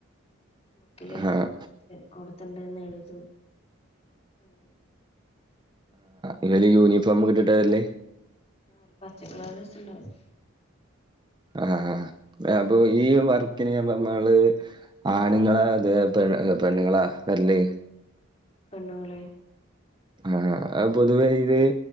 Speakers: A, on the left; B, on the right.
A: ബുക്കില്
B: ആഹ്
A: കൊടുത്തണ്ടന്ന് എഴുത അങ്ങനെ
B: ഇങ്ങല് യൂണിഫോം ഒ കിട്ടത അല്ലേ
A: ആ ഒരു പച്ചക്കള രസംുണ്ടാവും
B: ആ അപ്പൊ ഈ വർക്കിന് ഞ്പ നമ്മള് ആണുങ്ങളാ അതെ പെണ്ണുങ്ങളാ വല്ലല്ലേ
A: പെണ്ണുങ്ങളെ
B: ആഹ പൊതുവേ ഇത്